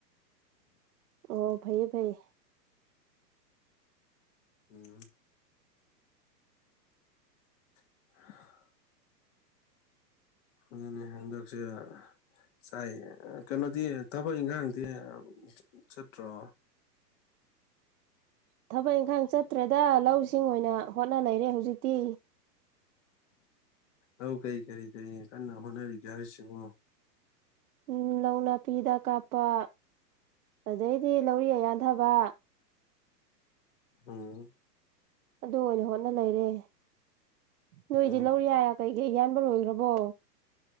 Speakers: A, on the right; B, on the left.
A: ꯑꯣ ꯐꯩꯌꯦ ꯐꯩ
B: ꯎꯝ <inaudible> ꯑꯗꯨꯅꯦ ꯍꯟꯗꯛꯁꯦ ꯁꯋꯥꯏꯖꯦ ꯀꯩꯅꯣꯗꯤ ꯊꯕꯛ ꯏꯪꯈꯥꯡꯗꯤ ꯁꯠꯇ꯭ꯔꯣ
A: ꯊꯕꯛ ꯏꯪꯈꯥꯡ ꯆꯠꯇ꯭ꯔꯦꯗ ꯂꯧꯁꯤꯡ ꯑꯣꯏꯅ ꯍꯣꯠꯅ ꯂꯩꯔꯦ ꯍꯧꯖꯤꯛꯇꯤ
B: ꯑꯧ ꯀꯩ ꯀꯔꯤ ꯀꯔꯤ ꯀꯅ ꯍꯨꯅꯔꯤꯒꯦ ꯍꯥꯏꯁꯤ ꯍꯨ
A: ꯎ ꯂꯧ ꯅꯥꯄꯤꯗ ꯀꯥꯞꯄ ꯑꯗꯩꯗꯤ ꯂꯧꯔꯤꯌꯥ ꯌꯥꯟꯊꯕ
B: ꯑꯝ
A: ꯑꯗꯨ ꯑꯣꯏꯅ ꯍꯣꯠꯅ ꯂꯩꯔꯦ ꯅꯣꯏꯗꯤ
B: ꯑꯣ
A: ꯂꯧꯔꯤ ꯌꯥ ꯀꯩ ꯑꯦ ꯏꯟꯕ ꯂꯣꯏꯈ꯭ꯔꯕꯣ